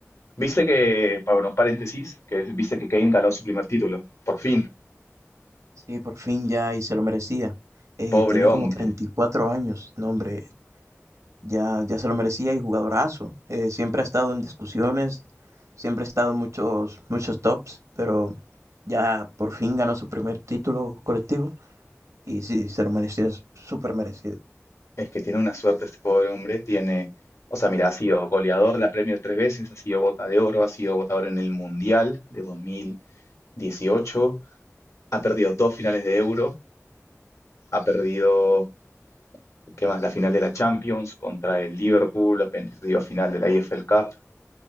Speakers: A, on the left (about 75°); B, on the right (about 80°).
A: Viste que, bueno, paréntesis, que es- viste que Kane ganó su primer título. Por fin,
B: Sí, por fin ya y se lo merecía. Eh,
A: pobre
B: tiene
A: hombre.
B: como 34 años, no hombre, ya, ya se lo merecía y jugadorazo. Eh, siempre ha estado en discusiones, siempre ha estado en muchos, muchos tops, pero ya por fin ganó su primer título colectivo y sí, se lo mereció, súper merecido.
A: Es que tiene una suerte este pobre hombre. Tiene, o sea, mira, ha sido goleador de la Premier tres veces, ha sido bota de oro, ha sido votador en el Mundial de 2018, ha perdido dos finales de Euro, ha perdido, ¿qué más? La final de la Champions contra el Liverpool, ha perdido final de la EFL Cup.